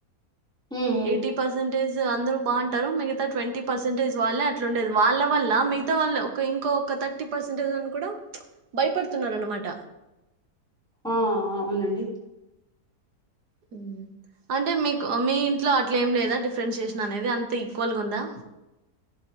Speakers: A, in the centre; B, on the right.
A: ఉమ్ ఉమ్
B: ఎయిటీ పర్సెంటేజ్ అందరు బాగుంటారు మిగతా ట్వంటీ పర్సెంటేజ్ వాళ్ళే అట్లుండేది వాళ్ళ వల్ల మిగతా వాళ్లు ఒక ఇంకొక థర్టీ పర్సెంటేజ్ అని కూడా భయపడుతున్నరు అన్నమాట
A: ఆ అవునండి
B: హు అంటే మీకు మీ ఇంట్లో అట్లా ఏం లేదా డిఫరెంట్ స్టేషన్ అనేది అంత ఈక్వల్ గా ఉందా